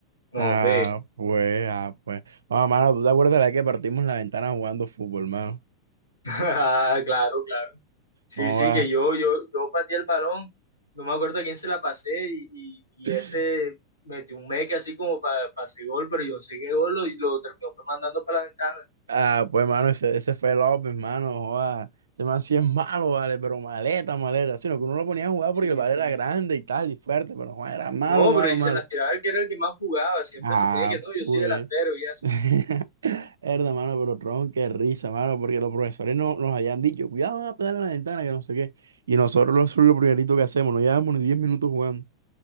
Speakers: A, on the left; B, on the right.
A: No,
B: Ah,
A: hombre. <laughs>
B: pues, ah, pues. Oh, mano, ¿tú te acuerdas de la que partimos la ventana jugando fútbol, mano?
A: Ah, claro, claro. Sí,
B: Oh,
A: sí,
B: ah.
A: que yo, yo, yo pateé el balón, no me acuerdo a quién se la pasé y, y,
B: <laughs>
A: y ese metió un meque así como para pase gol, pero yo no sé qué gol lo- y lo terminó fue mandando para la ventana.
B: Ah, pues, mano, ese, ese fue López, mano. Joda. Ese man sí es malo, vale, pero maleta, maleta. Sino que uno lo ponía a jugar
A: Sí,
B: porque el vale
A: sí.
B: era grande y tal, y fuerte, pero joda, era malo,
A: No,
B: malo,
A: pero y
B: malo.
A: se las tiraba el que era el que más jugaba, siempre
B: Ah,
A: se ponía que no, yo
B: pues.
A: soy delantero y eso.
B: <laughs> Herda, mano, pero tronco, qué risa, mano, porque los profesores no, nos habían dicho, cuidado, van a pegar a la ventana, que no sé qué. Y nosotros lo, eso es lo primerito que hacemos, no llevamos ni 10 minutos jugando.